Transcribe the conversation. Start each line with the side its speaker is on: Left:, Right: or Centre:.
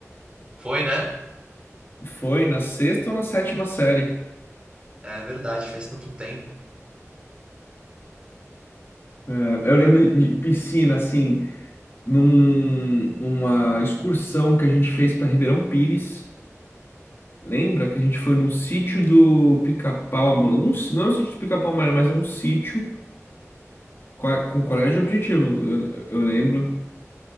Right: Foi, né?
Left: Foi na sexta ou na sétima série.
Right: É verdade, faz tanto tempo.
Left: É, eu lembro de piscina, assim. num- numa excursão que a gente fez para Ribeirão Pires. Lembra que a gente foi num sítio do Pica-Pau Amarelo? Um, s- não era um sítio do Pica-Pau Amarelo, mas era um sítio com, a- com colégio objetivo. Eu, eu lembro,